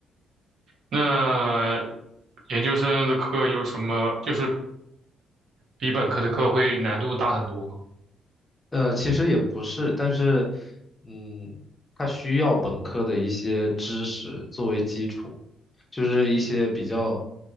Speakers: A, on the right; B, on the left.
A: 那研究生的课有什么，就是比本科的课会难度大很多吗？
B: 呃，其实也不是，但是，嗯，他需要本科的一些知识作为基础，就是一些比较